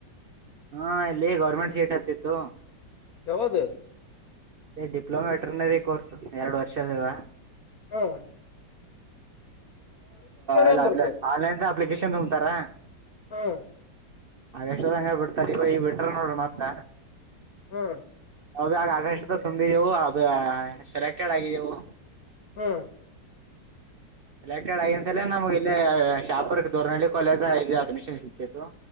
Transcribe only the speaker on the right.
ಹಾ ಎಲ್ಲಿ ಗರ್ಮೆಂಟ್ ಶೇಟ್ ಹತ್ತತ್ತು
ಡಿಪ್ಲೊಮಾ ವೆಟ್ರನರಿ ಕೋರ್ಸ್ ಎರಡು ವರ್ಷ ಅದದ
ಇಲ್ಲ
ಆನ್ಲೈನ್ ಅಪ್ಲಿಕೇಶನ್ ತುಂಬ್ತಾರ
ಹಾಗ ಎಷ್ಟದಂಗ ಬಿಡ್ತಾರೆ ಇವ ಇ ಬಿಟ್ರ ನೋಡ್ರ ಮತ್ತ
ಅದ ಆಗ ಆಗಷ್ಟ ತುಂಬಿದೆವು ಅದು ಸೆಲೆಕ್ಟೆಡ್ ಆಗಿದೆೆವು
ಸೆಲೆಕ್ಟೆಡ್ ಆಗಂದ ಸಲ ನಮಗೆ ಇಲ್ಲಿೇ ಶಾಪುರಕ್ಕೆ ದೂರ್ನಹಳ್ಳಿ ಕಾಲೇಜ ಇದು ಅಡ್ಮಿಷನ್ ಸಿಕ್ಕಿತ್ತು